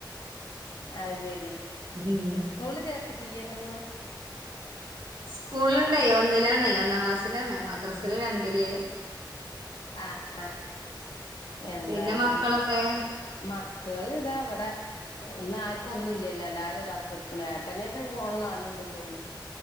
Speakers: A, on the left; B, on the right.
A: അത് ശരി
B: ഉം
A: സ്കൂള് ചേർത്തിട്ടയ്യെന്നു
B: സ്കൂളുണ്ടേയ് ഒന്നിലാണ് ഒന്നാം ക്ലാസ്സിലാണ് മദ്രാസില് രണ്ടില്
A: ആഹ് ആഹ എന്തായാലും
B: പിന്നെ മക്കളൊക്കെ
A: മക്കള് ഇത അവിടെ ഇന്ന് ആർക്കും ഒന്നും ഇല്ല്യല്ലോ എല്ലാരും അത അവ്ടെ കെട്ക്ക്ണ് ഏട്ടനേറ്റ കോൾ കാണ്നുണ്ട് തോണ്നു എടുക്കണ ഏട്ടനേന്റെ പോണ് കാണണ്ട്ന്ന് തോന്നുന്നു